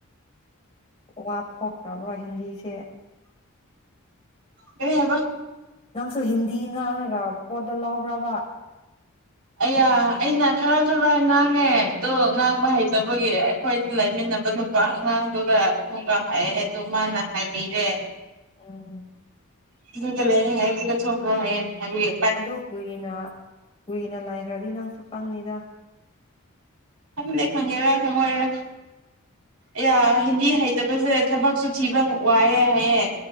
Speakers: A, on the left (about 25°); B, on the right (about 80°).
A: ꯋꯥꯠ ꯊꯣꯛꯈ꯭ꯔꯕ꯭ꯔ ꯍꯤꯟꯗꯤꯁꯦ
B: ꯀꯔꯤ ꯍꯥꯏꯕ
A: ꯅꯪꯁꯨ ꯍꯤꯟꯗꯤ ꯉꯥꯡꯉꯒ ꯄꯣꯠꯇꯣ ꯂꯧꯕ꯭ꯔꯕ
B: ꯑꯌꯥ ꯑꯩꯅ ꯈꯔ ꯈꯔ ꯉꯥꯡꯉꯦ ꯗꯣ ꯉꯥꯡꯕ ꯍꯩꯇꯕꯒꯤ ꯑꯩꯈꯣꯏꯗ ꯂꯩꯃꯤꯟꯅꯕ ꯅꯨꯄꯥ ꯑꯉꯥꯡꯗꯨꯒ ꯑꯃꯨꯛꯀ ꯍꯥꯏꯑꯦ ꯗꯨ ꯃꯥꯅ ꯍꯥꯏꯕꯤꯔꯦ
A: ꯎꯝ
B: <inaudible> ꯂꯩꯔꯦ ꯍꯥꯏ ꯗꯨꯒ ꯊꯣꯛꯈ꯭ꯔꯣ ꯍꯥꯏꯌꯦ ꯍꯥꯏꯕꯤꯒꯦ
A: ꯑꯗꯣ ꯀꯨꯏꯅ ꯀꯨꯏꯅ ꯂꯩꯈ꯭ꯔꯗꯤ ꯅꯪꯁꯨ ꯄꯪꯅꯤꯗ
B: ꯈꯪꯗꯦ ꯈꯪꯉꯦꯔꯥ ꯈꯪꯉꯣꯏꯔ ꯑꯌꯥ ꯍꯤꯟꯗꯤ ꯍꯩꯇꯕꯁꯦ ꯊꯕꯛꯁꯨ ꯊꯤꯕ ꯋꯥꯏꯑꯦ ꯍꯥꯏꯌꯦ